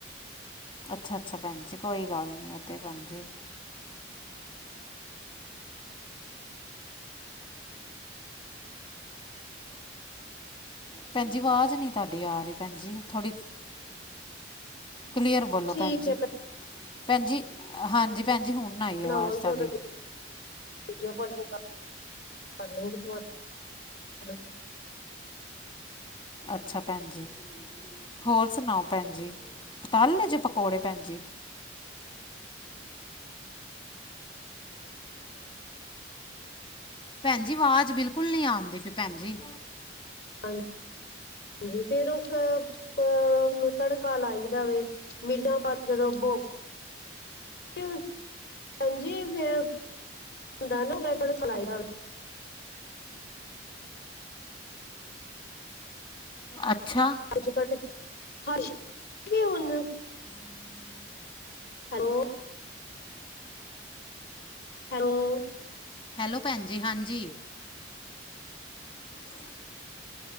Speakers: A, on the left; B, on the left.
A: ਅੱਛਾ ਅੱਛਾ ਭੈਣ ਜੀ ਕੋਈ ਗੱਲ ਨੀ ਤੇ ਭੈਣ ਜੀ। ਭੈਣ ਜੀ ਆਵਾਜ਼ ਨਹੀਂ ਤੁਹਾਡੀ ਆ ਰਹੀ ਭੈਣ ਜੀ ਥੋੜੀ। ਕਲੀਅਰ ਬੋਲੋ
B: ਠੀਕ
A: ਭੈਣ ਜੀ
B: ਹੈ
A: ਭੈਣ ਜੀ ਹਾਂਜੀ ਭੈਣ ਜੀ ਹੁਣ ਆਈ
B: ਬਣਾਵਾਂਗੀ
A: ਆਵਾਜ਼ ਤੁਹਾਡੀ
B: ਉਦੋਂ ਵੀਡੀਓ ਕਾਲਿੰਗ <unintelligible>
A: ਅੱਛਾ ਭੈਣ ਜੀ ਹੋਰ ਸੁਣਾਓ ਭੈਣ ਜੀ ਤੱਲ ਲਏ ਜੇ ਪਕੌੜੇ ਭੈਣ ਜੀ ਭੈਣ ਜੀ ਆਵਾਜ਼ ਬਿਲਕੁੱਲ ਨਹੀਂ ਆਉਂਦੀ ਪਈ ਭੈਣ ਜੀ
B: ਹਾਂ ਹਾਂਜੀ ਫਿਰ ਉਹਨੂੰ ਤੜਕਾ ਲਾਈਦਾ ਵੇ ਮਿਰਦਾਂ ਜਦੋਂੋ <unintelligible> ਜੀ ਫਿਰ ਹੁੰਦਾ ਨਾ ਉਹ ਸਿਲਾਈ
A: ਅੱਛਾ।
B: ਅੱਜ। ਘਟ। ਹ। ਵੀ। ਹੁਣ।
A: ਸ ਸ।
B: ਹੈਲੋ। ਹੈਲੋ।
A: ਹੈਲੋ। ਭੈਣ। ਜੀ। ਹਾਂਜੀ। ਸ